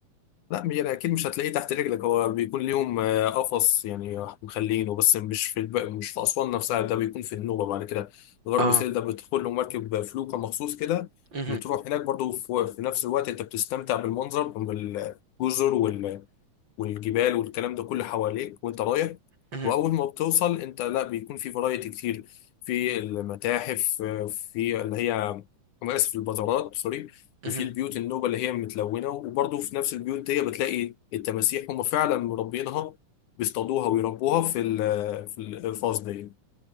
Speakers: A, on the left (about 80°); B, on the right (about 35°).
A: لا يعني اكيد مش هتلاقيه تحت رجلك هو بيكون ليهم آه، قفص يعني مخلينه بس مش في الب- مش في اسوان نفسها ده بيكون في النوبه بعد كده غرب
B: اه
A: سهيل ده بتدخل له مركب فلوكه مخصوص كده
B: مهم.
A: بتروح هناك برضه في في نفس الوقت انت بتستمتع بالمنظر بالجزر والجبال والكلام ده كله حواليك وانت رايح
B: مهم.
A: واول ما بتوصل انت لا بيكون في فرايتي كتير في المتاحف في اللي هي انا اسف البازارات سوري
B: مهم.
A: وفي البيوت النوبه اللي هي متلونه وبرضه في نفس البيوت دي بتلاقي التماسيح هم فعلا مربينها بيصطادوها ويربوها في ال- في الفاز دي